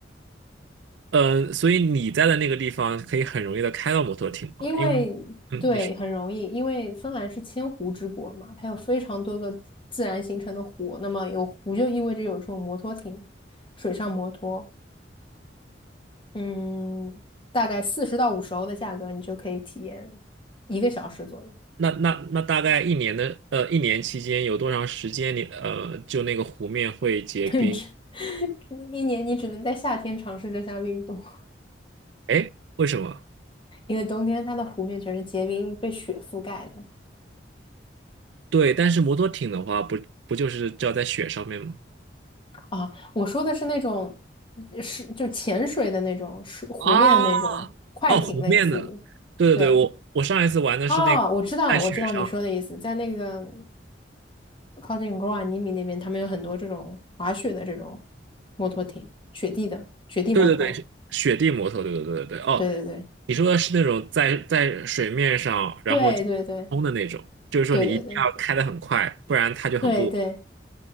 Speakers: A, on the right; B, on the left.
A: 嗯、所以你在的那个地方可以很容易的开到摩托艇吗？
B: 因为对，
A: 因为，嗯，你说
B: 很容易，因为芬兰是千湖之国嘛，它有非常多个自然形成的湖，那么有湖就意味着有这种摩托艇，水上摩托，嗯，大概四十到五十欧的价格，你就可以体验一个小时左右，
A: 那那那大概一年的呃一年期间有多长时间你呃就那个湖面会结冰？
B: <laughs> 甚至一年你只能在夏天尝试这项运动，
A: 哎，为什么？
B: 因为冬天它的湖面全是结冰，被雪覆盖的。
A: 对，但是摩托艇的话，不不就是只要在雪上面吗？
B: 啊，我说的是那种嗯是就潜水的那种，是湖面的那种快艇，
A: 啊，哦，湖面的，
B: 类似于。
A: 对对对，
B: 对，
A: 我我上一次玩的是那个在雪上的
B: 哦，我知道，我知道你说的意思，在那个靠近罗瓦尼米那边，他们有很多这种滑雪的这种摩托艇，雪地的雪地摩托。
A: 对对对，是雪地摩托，对对对对对，哦，
B: 对对
A: 你说的是那种在在水面上然后就冲的那种，
B: 对对对
A: 就是说你一定要开得很快，
B: 对对对
A: 不然它就很不，
B: 对对对，